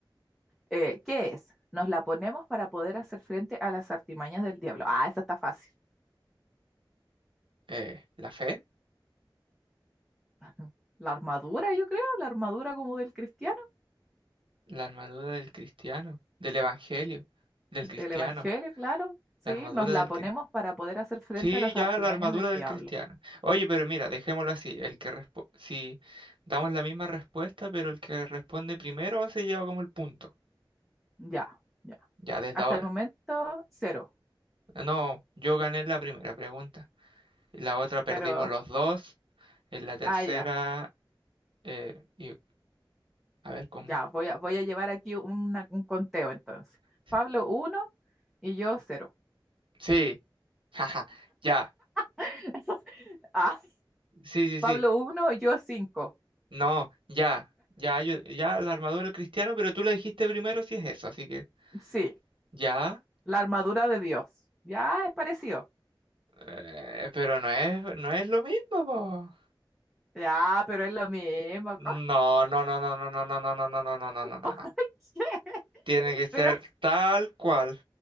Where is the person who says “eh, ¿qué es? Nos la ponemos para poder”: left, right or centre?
Centre